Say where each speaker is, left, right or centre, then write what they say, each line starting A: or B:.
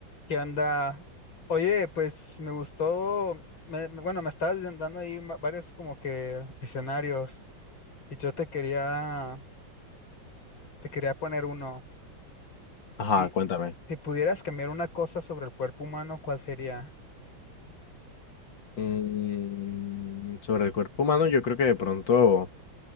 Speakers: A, on the left; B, on the left.
A: ¿Qué onda? Oye, pues me gustó, me- me- bueno, me estabas dando ahí ma- varios como que escenarios y yo te quería, te quería poner uno. Si,
B: Ajá, cuéntame.
A: si pudieras cambiar una cosa sobre el cuerpo humano, ¿cuál sería?
B: Mm, sobre el cuerpo humano, yo creo que de pronto,